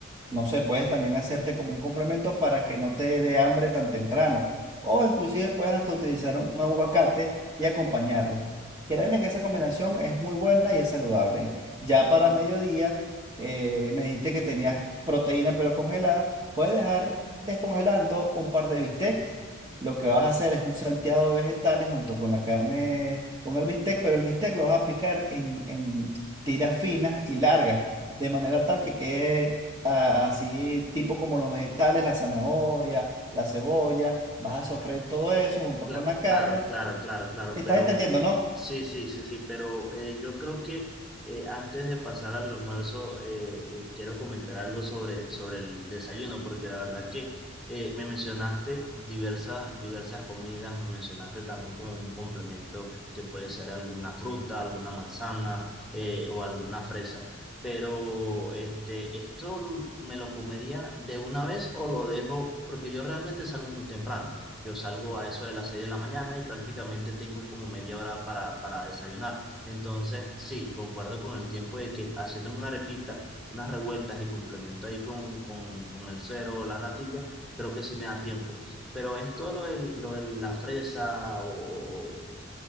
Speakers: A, on the right (about 20°); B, in the centre.
A: no sé, puedes también hacerte como un complemento para que no te dé hambre tan temprano. O inclusive puedes hasta utilizar un un aguacate y acompañarlo. Créeme que esa combinación es muy buena y es saludable. Ya para mediodía, eh, me dijiste que tenías proteína pero congelada. Puedes dejar descongelando un par de bistecs. Lo que vas a hacer es un salteado de vegetales junto con la carne, con el bistec, pero el bistec lo vas a picar en, en tiras finas y largas, de manera tal que quede ah, así, tipo como los vegetales, la zanahoria, la cebolla. Vas a sofreír todo eso junto
B: Cla-
A: con la carne.
B: Claro, claro, claro, claro,
A: ¿Estás
B: pero
A: entendiendo, no?
B: sí, sí, sí, sí, pero eh, yo creo que eh, antes de pasar al almuerzo eh, eh, quiero comentar algo sobre, sobre el desayuno, porque la verdad que eh, me mencionaste diversas, diversas comidas, me mencionaste también como un complemento que puede ser alguna fruta, alguna manzana eh, o alguna fresa, pero este, ¿esto me lo comería de una vez o lo dejo? Porque yo realmente salgo muy temprano. Yo salgo a eso de las 6 de la mañana y prácticamente tengo como media hora para, para desayunar. Entonces, sí, concuerdo con el tiempo de que haciéndome una arepita, unas revueltas y complemento ahí con, con, con el cero o la natilla, creo que sí me da tiempo. Pero esto, lo de, lo de la fresa o, o-